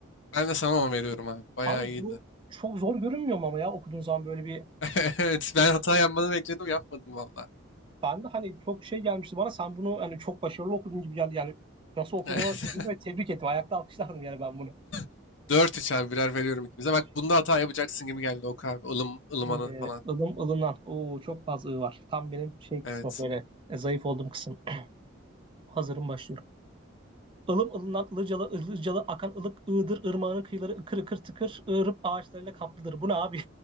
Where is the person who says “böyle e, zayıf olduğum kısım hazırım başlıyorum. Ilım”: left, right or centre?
Right